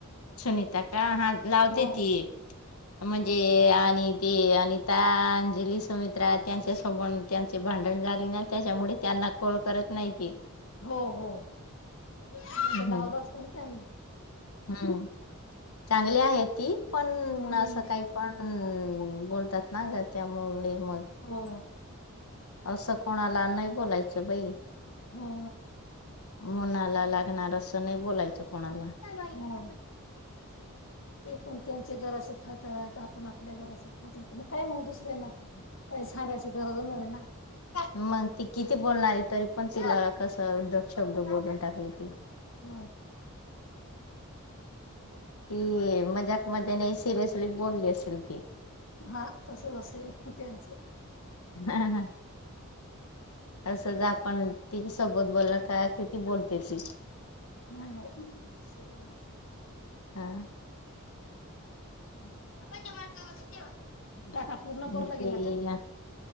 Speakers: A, on the left; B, on the left.
A: सुनीता का हा लावते
B: हो
A: ती. म्हणजे आणि ते अनिता, अंजली, सुमित्रा त्यांच्या सोब त्यांचे भांडण झाले, ना त्याच्यामुळे त्यांना कॉल करत नाही ते.
B: हो-हो ते
A: हम्म.
B: लावलं असत ना त्यांना.
A: हम्म चांगली आहे ती. पण
B: हम्म
A: असं काही पण बोलतात. ना ग त्यामुळे. मग
B: हो,
A: असं कोणाला नाही बोलायचं बाई.
B: हो.
A: मनाला लागणार असं नाही बोलायचं कोणाला <unintelligible>
B: मग ते पण त्यांच घर अस छत हा आपण आपल्या घराशी खा काय मग दुसर्यांना काही सांगायची गरज नाही ना
A: मग ती किती बोलणारी तरी पण तिला कसं उद्धट शब्द बोलून टाकली ती
B: ह <inaudible>
A: की मजाक मध्ये नाही सीरियसली बोलली असेल ती
B: हा तसच असेल कुत्यांचं
A: <unintelligible> असंच आपण ती सोबत बोलल का किती बोलते ती
B: <inaudible>
A: हा
B: <inaudible> पूर्ण
A: ते
B: भरला गेला का
A: अ